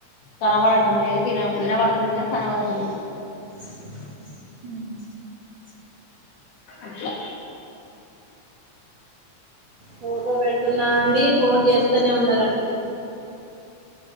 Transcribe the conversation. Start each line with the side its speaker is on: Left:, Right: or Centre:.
Left: కనవడటం లేదు విన వినబడుతుంది కని కనవడటలేదు
Right: అ
Left: అట్లా
Right: ఫోటో పెడుతున్నా అండి ఫోన్ చేస్తూనే ఉన్నారండి